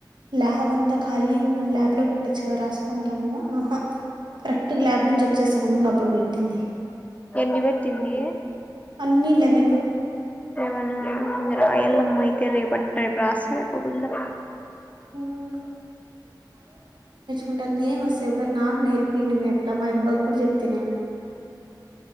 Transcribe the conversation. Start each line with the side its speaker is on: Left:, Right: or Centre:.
Right: ల్యాబ్ అంతా ఖాళీ గా ఉన్నం ల్యాబ్ లో పెట్ట పెట్టొచ్చు కద రాసుకుంటాము ఆహా కరెక్టుగా ల్యాబ్ నుంచి వచ్చే సామనంగా అప్పుడు పెట్టింది
Left: ఎన్ని పెట్టింది
Right: అన్నీ లెవెను
Left: లెవనా రాయాలమ్మా అయితే రేపు రేపు రాస్తాలే గుళ్ళో
Right: హ్మ్. ఉంట నేను వస్తా ఎప్పుడు నాకు నేర్ పిండి మీ అట్లా మా అబ్బాకి కూడా చెప్తే నేను